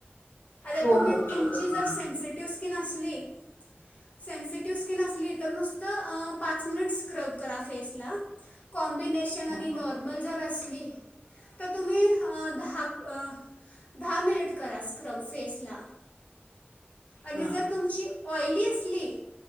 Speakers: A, on the left; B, on the left.
A: आता
B: हो
A: तुम्ही
B: हो
A: तुमची
B: हो
A: जर सेन्सिटिव स्किन असली सेन्सिटिव्ह स्किन असली तर नुसत पाच मिनिटं स्क्रब करा फेसला कॉम्बिने नेशन आणि
B: हा
A: नॉर्मल जर असली तर तुम्ही ह दहा अ दहा मिनिट करा स्क्रब फेसला आणि
B: हा
A: जर तुमची ऑइली असली